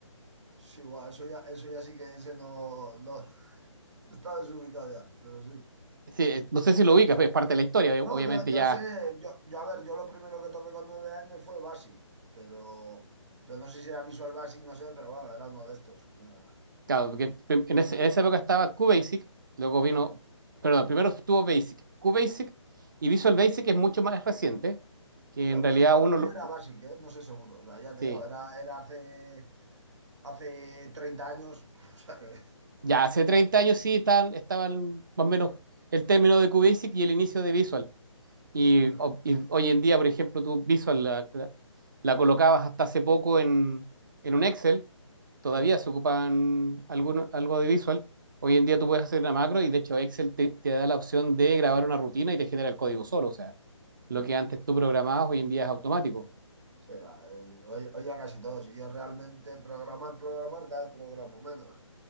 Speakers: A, on the right; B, on the right.
A: Sí, guau, eso ya, eso ya sí que ese no, no <laughs> está desubicado ya, pero sí.
B: Sí, eh, no sé si lo ubicas, pues es parte de la historia, ob-
A: No,
B: obviamente
A: yo,
B: ya
A: yo sé, yo, yo a ver, yo lo primero que toqué con nueve años fue Basic, pero, pero no sé si era Visual Basic, no sé, pero bueno, era uno de estos. o sea.
B: Claro, porque prim- en, ese- en esa época estaba QBasic, luego vino,
A: Mm,
B: perdón, primero estuvo Basic, QBasic y Visual
A: mm.
B: Basic es mucho más reciente, que
A: Claro,
B: en realidad
A: no, igual
B: uno
A: lo mío
B: lo,
A: era básico, ¿eh? No sé seguro. O sea, ya te
B: sí.
A: digo, era, era hace, hace 30 años. <laughs> O sea que.
B: Ya hace 30 años sí estaban, estaban más o menos el término de QBasic y el inicio de Visual. Y,
A: Mm,
B: o- y hoy
A: Ah,
B: en día, por ejemplo, tú Visual la, la- la colocabas hasta hace poco en, en un Excel todavía
A: ah,
B: se ocupan alguno- algo de visual. Hoy en día tú puedes hacer una macro y de hecho Excel te, te da la opción de grabar una rutina y te genera el código solo. O sea, lo
A: mm.
B: que antes tú programabas hoy en día es automático.
A: Sí, va. eh, Hoy, hoy ya casi todos. Y yo realmente programar, programar, cada vez programo menos.